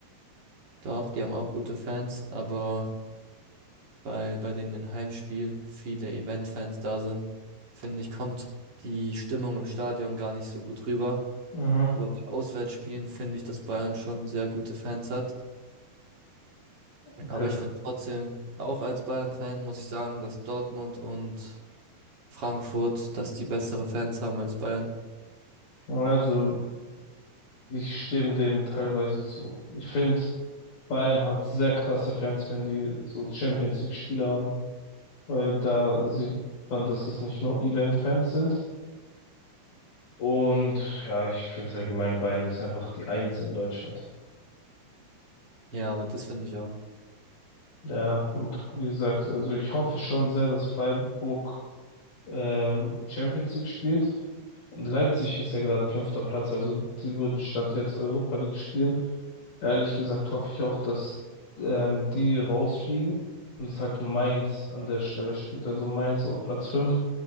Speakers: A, on the right (about 45°); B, on the left (about 55°).
A: Doch, die haben auch gute Fans, aber weil bei den Heimspiel viele Event-Fans da sind, finde ich, kommt die Stimmung im Stadion gar nicht so gut rüber.
B: Mhm.
A: Aber bei Auswärtsspielen finde ich, dass Bayern schon sehr gute Fans hat.
B: Okay.
A: Aber ich finde trotzdem, auch als Bayern-Fan muss ich sagen, dass Dortmund und Frankfurt, dass die bessere Fans haben als Bayern.
B: Also, ich stimme dem teilweise zu. Ich finde, Bayern hat sehr krasse Fans, wenn die so Champions League-Spiele haben, weil da sieht man, dass es nicht nur Event-Fans sind, Und ja, ich finde allgemein Bayern ist einfach die Eins in Deutschland.
A: Ja, aber das finde ich auch.
B: Ja, und wie gesagt, also ich hoffe schon sehr, dass Freiburg ähm, Champions League spielt. Und Leipzig ist ja gerade fünfter Platz, also die würden Stand jetzt Europa League spielen. Ehrlich gesagt hoffe ich auch, dass ähm, die rausfliegen und es halt Mainz an der Stelle spielt. Also Mainz auf Platz fünf